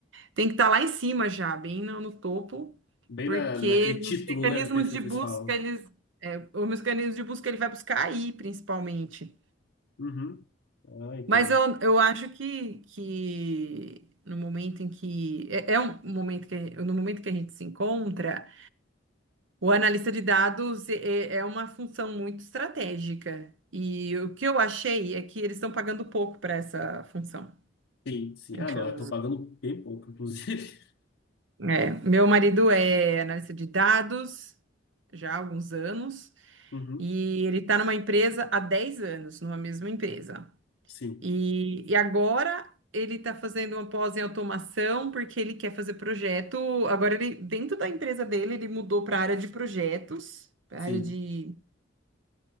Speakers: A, on the right (about 80°); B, on the left (about 75°).
A: Tem que estar lá em cima já, bem no, no topo,
B: Bem
A: porque
B: na, naquele
A: nos
B: título,
A: mecanismos
B: né, do perfil
A: de
B: que
A: busca,
B: eles falam.
A: eles, é, o mecanismo de busca ele vai buscar aí, principalmente.
B: Uhum. Ah, entendo.
A: Mas eu, eu acho que, que no momento em que é, é um momento que no momento que a gente se encontra, o analista de dados é, é uma função muito estratégica. E o que eu achei é que eles estão pagando pouco para essa função.
B: Sim, sim.
A: Então,
B: Ah, não, eu tô pagando bem pouco, inclusive. <laughs>
A: é, meu marido é analista de dados já há alguns anos
B: Uhum.
A: e ele está numa empresa há 10 anos, numa mesma empresa.
B: Sim,
A: E, e agora ele está fazendo uma pós em automação porque ele quer fazer projeto. Agora ele, dentro da empresa dele, ele mudou para a área de projetos, para
B: sim.
A: a área de